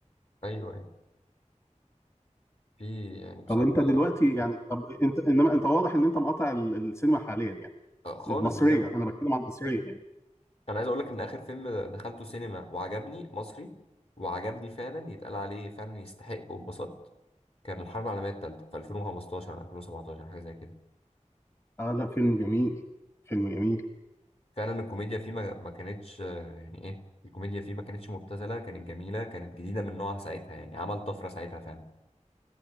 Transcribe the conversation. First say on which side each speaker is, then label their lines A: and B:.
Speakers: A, on the left; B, on the left.
A: ايوه ايوه في يعني بصراحه
B: طب انت دلوقتي يعني طب انت انما انت واضح ان انت مقاطع ال- السينما حاليا يعني
A: آه، خالص
B: المصرية
A: بجد
B: أنا بتكلم عن المصرية يعني
A: انا عايز اقول لك ان اخر فيلم دخلته سينما وعجبني مصري وعجبني فعلا يتقال عليه فعلا يستحق واتبسطت كان الحرب العالمية التالتة في 2015 2017 حاجة زي كده
B: آه لا فيلم جميل فيلم جميل
A: فعلا الكوميديا فيه ما, ما كانتش آه، يعني ايه الكوميديا فيه ما كانتش مبتذلة كانت جميلة كانت جديدة من نوعها ساعتها يعني عمل طفرة ساعتها فعلا